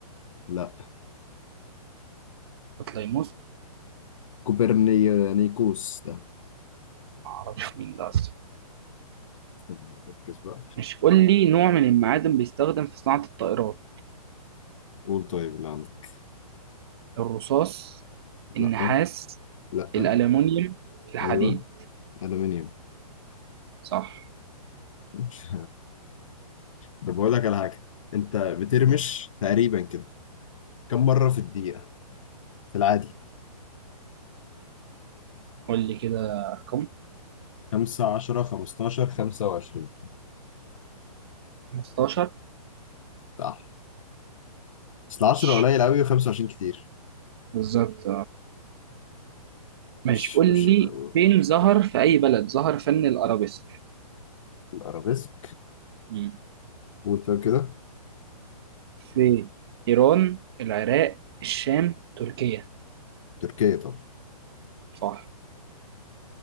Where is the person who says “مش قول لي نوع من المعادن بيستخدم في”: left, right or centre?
Right